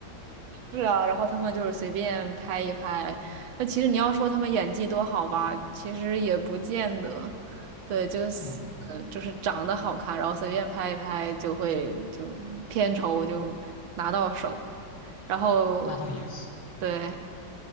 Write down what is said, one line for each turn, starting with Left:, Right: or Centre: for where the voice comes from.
Right: 是啊，然后他们就是随便拍一拍，那其实你要说他们演技多好吧，其实也不见得。对，就是呃就是长得好看，
Left: 嗯，
Right: 然后随便拍一拍就会就片酬就拿到手，然后
Left: 那倒也是。
Right: 对。